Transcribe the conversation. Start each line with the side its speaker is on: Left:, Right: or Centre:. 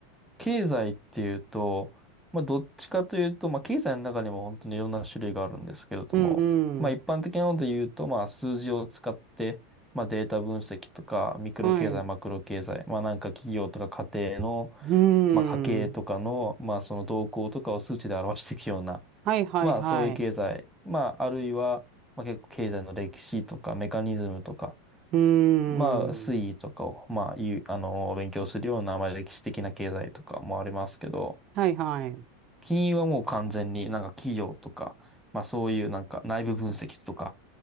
Centre: 経済っていうと、まあ、どっちかというと、まあ、経済の中にも本当にいろんな種類があるんですけれども、
Right: うんうん、
Centre: まあ、一般的なので言うと、まあ、数字を使って、まあ、データ分析とか、ミクロ経済、
Right: はい、う
Centre: マクロ経済、まあ、なんか企業とか家庭の、
Right: ーん、
Centre: まあ、家計とかの、まあ、その動向とかを数値で表していくような、
Right: はいはいはい。
Centre: まあそういう経済、まああるいは、まあ結構経済の歴史とかメカニズムとか、
Right: うーん、
Centre: まあ推移とかを、まあいう、あの、勉強するような、まあ歴史的な経済とかもありますけど、
Right: はいはい。
Centre: 金融はもう完全になんか企業とか、まあそういうなんか内部分析とか、